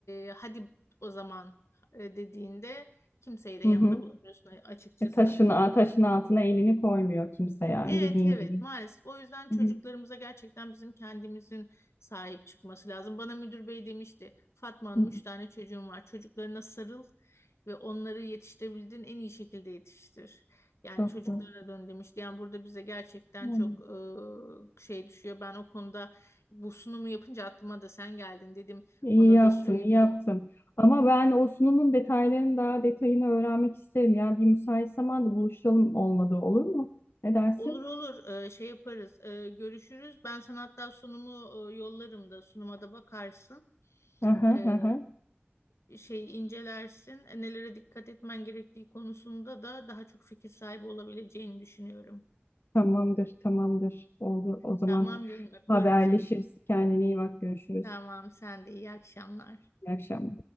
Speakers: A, on the left (about 85°); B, on the left (about 60°).
A: e, hadi o zaman e, dediğinde kimseyi de
B: Hı
A: yanında
B: hı.
A: bulamıyorsun açıkçası.
B: E, taşın, taşın altına elini koymuyor kimse yani
A: Evet
B: dediğin
A: evet
B: gibi.
A: maalesef o yüzden çocuklarımıza
B: Hı hı.
A: gerçekten bizim kendimizin sahip çıkması lazım. Bana müdür bey demişti Fatma Hanım
B: Hı hı.
A: üç tane çocuğum var çocuklarına sarıl ve onları yetiştirebildiğin en iyi şekilde yetiştir. Yani
B: Çok
A: çocuklara
B: da.
A: dön demişti. Yani burada bize gerçekten
B: Hı.
A: çok e, şey düşüyor. Ben o konuda bu sunumu yapınca aklıma da sen geldin dedim
B: İyi
A: ona
B: yaptın,
A: da söyleyeyim.
B: iyi yaptın. Ama ben o sunumun detaylarını daha detayını öğrenmek isterim. Yani bir müsait zamanda buluşalım olmadı olur mu? Ne dersin?
A: Olur olur Ee, şey yaparız Ee, görüşürüz. Ben sana hatta sunumu e, yollarım da sunuma da bakarsın.
B: Hı hı
A: Ee,
B: hı hı.
A: e, şey incelersin E, nelere dikkat etmen gerektiği konusunda da daha çok fikir sahibi olabileceğini düşünüyorum.
B: Tamamdır, tamamdır. Oldu. O zaman
A: Tamam canım öpüyorum
B: haberleşiriz.
A: seni.
B: Kendine iyi bak. Görüşürüz.
A: Tamam sen de iyi akşamlar.
B: İyi akşamlar.